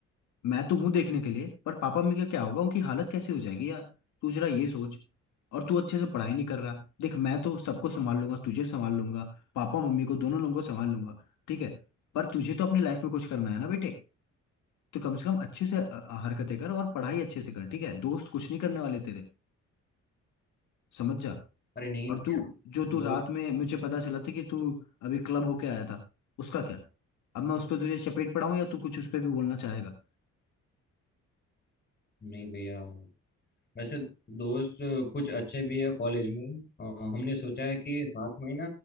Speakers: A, on the left (about 75°); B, on the left (about 30°).
A: मैं तो हूं देखने के लिए पर पापा मम्मी का क्या होगा उनकी हालत कैसी हो जाएगी यार तू जरा ये सोच और तू अच्छे से पढ़ाई नहीं कर रहा देख मैं तो सबको संभाल लूंगा तुझे संभाल लूंगा पापा मम्मी को दोनों लोगों को संभाल लूंगा ठीक है पर तुझे तो अपनी लाइफ में कुछ करना है ना बेटे तो कम से कम अच्छे से अ, अ, हरकतें कर और पढ़ाई अच्छे से कर ठीक है दोस्त कुछ नहीं करने वाले तेरे समझ जा
B: अरे नहीं
A: और
B: भैया
A: तू जो तू
B: दोस्त
A: रात में मुझे पता चला था कि तू अभी क्लब होके आया था उसका क्या अब मैं उस पर तुझे चपेट पड़ाऊं या तू कुछ उस पर भी बोलना चाहेगा
B: नहीं भैया वैसे दोस्त कुछ अच्छे भी है कॉलेज में अ, हमने सोचा है कि साथ में ना